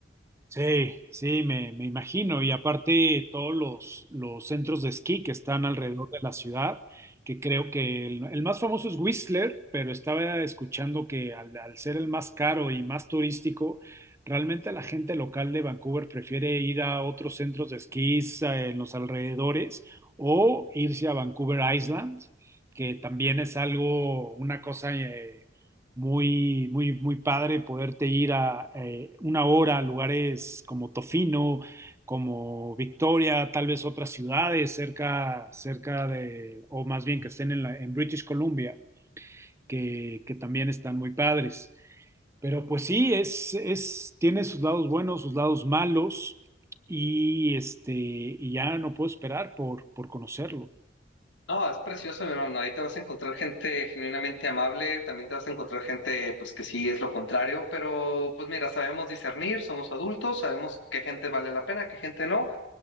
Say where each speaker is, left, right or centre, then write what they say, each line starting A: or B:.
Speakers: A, on the right (about 15°); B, on the left (about 80°).
A: Sí, sí, me, me imagino. Y aparte, todos los, los centros de esquí que están alrededor de la ciudad, que creo que el, el más famoso es Whistler, pero estaba escuchando que al, al ser el más caro y más turístico, realmente la gente local de Vancouver prefiere ir a otros centros de esquís eh, en los alrededores o irse a Vancouver Island, que también es algo, una cosa... eh, Muy, muy, muy padre poderte ir a eh, una hora a lugares como Tofino, como Victoria, tal vez otras ciudades cerca, cerca de, o más bien que estén en, la- en British Columbia, que, que también están muy padres. Pero pues sí, es, es, tiene sus lados buenos, sus lados malos, y este, y ya no puedo esperar por, por conocerlo.
B: No, es precioso, mi hermano. Ahí te vas a encontrar gente genuinamente amable, también te vas a encontrar gente, pues que sí es lo contrario, pero pues mira, sabemos discernir, somos adultos, sabemos qué gente vale la pena, qué gente no,